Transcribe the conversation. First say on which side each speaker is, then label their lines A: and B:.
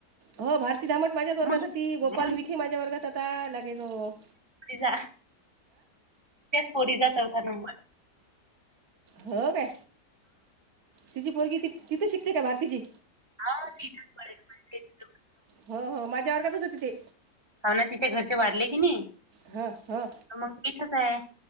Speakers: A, on the right; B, on the right.
A: हो भारती धामट माझ्याच वर्गात
B: मग
A: होती गोपाल
B: मग
A: विखी माझ्या वर्गात होता लागे तो.
B: <unintelligible> पोरीचा चौथा होता नंबर
A: हो काय तिची पोरगी त तिथं शिकते का भारतीची?
B: हा ते <unintelligible> <unintelligible>
A: हो हो माझ्या वर्गातच होती ती.
B: हो ना तिच्या घरचे वारले की नाही.
A: हां हो
B: मग इथंच हाय.